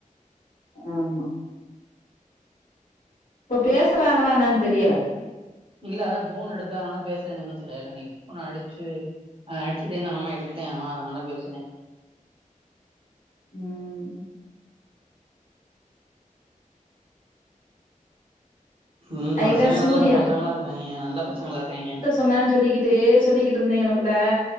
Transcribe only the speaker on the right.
இல்ல அதா போன் எடுக்காதனால பேசலன் சொன்னுச்சில இல்ல நீ ஃபோன் அடுச்சு அ அடிச்சுட்டே இருந்தா மாமா எடுக்லையாமா அதனால பேசுனே
ம்
பசங்க
நல்லா பசங்களா இருக்காங்கெ நல்ல பசங்களா இருக்காங்கெ